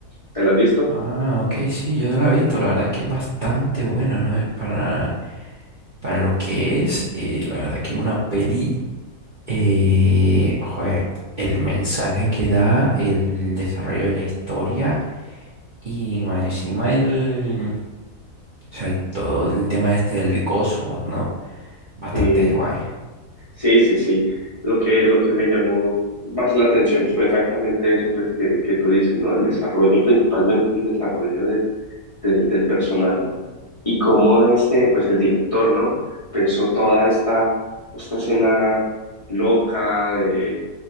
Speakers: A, on the left; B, on the right.
A: ¿Te la has visto?
B: Ah, ok, sí, yo la he visto, la verdad que es bastante buena, ¿no? Eh, Para, para lo que es, eh, la verdad que una peli Eh, jue- el mensaje que da, el desarrollo de la historia y más encima el, o sea, el- todo el tema este del cosmos, ¿no? Bastante
A: Sí.
B: guay.
A: Sí, sí, sí. Lo que, lo que me llamó más la atención pues, fue exactamente eso pues, que, que tú dices, ¿no? El desarrollo, principalmente el desarrollo del, del, del personaje y cómo este, pues el director, ¿no? Pensó toda esta, esta escena loca de,